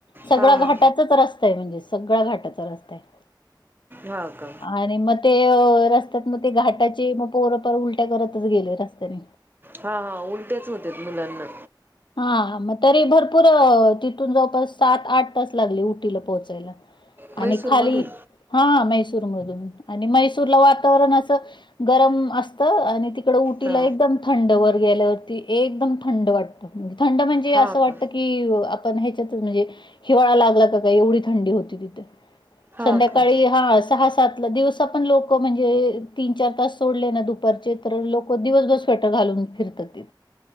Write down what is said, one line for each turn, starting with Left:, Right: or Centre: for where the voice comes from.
Left: सगळ्या
Right: हा हा
Left: घाटाचाच रस्ता आहे म्हणजे सगळा घाटाचा रस्ता आहे
Right: हा का
Left: आणि मग ते रस्त्यात मग ते घाट टाचे मग पोरपर उलट्या करतच गेले रस्त्याने
Right: हा हा उलटेच होते मुलांना.
Left: हा मग तरी भरपूर तिथून जवळपास सात, आठ तास लागले उटीला पोहोचायला. आणि
Right: म्हैसूरमधून
Left: खाली हा मै मैसुर मधून आणि मैसूर च वातावरण असं गरम असतं आणि तिक तिकड उटीला
Right: हा
Left: एकदम थंड वर गेल्यावरती एकदम थंड वाटतं म्हण थंड म्हणजे
Right: हा
Left: असं वाटतं
Right: का
Left: की पण ह्याच्यात म्हणजे हिवाळा लागला का काय एवढी थंडी होती तिथे.
Right: हा
Left: संध्याकाळी
Right: का
Left: हा सहा सातला दिवसा पण लोक म्हणजे तीन, चार तास सोडले ना दुपारचे तर लोक दिवसभर स्वेटर घालून फिरतात.